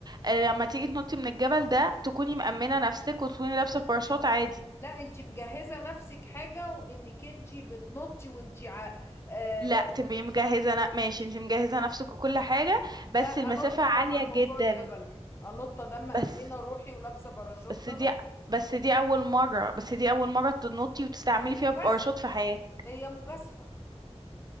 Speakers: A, on the right; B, on the left.
A: آه، لما تيجي تنطي من الجبل ده تكوني مأمنة نفسك وتكوني لابسة باراشوت عادي
B: لا انت مجهزة نفسك حاجة وانك انت بتنطي وانت ع... آه،
A: لا تبقي مجهزة ن... ماشي انت مجهزة نفسك وكل حاجة
B: لا
A: بس المسافة
B: انط طبعا
A: عالية
B: من
A: جدا
B: فوق الجبل انط ده مأمنه
A: بس
B: روحي ولابسه باراشوت
A: بس
B: انط
A: دي بس دي أول مرة بس دي أول مرة تنطي وتستعملي
B: ما هي مجازفه
A: فيها باراشوت في حياتك
B: هي مجازفه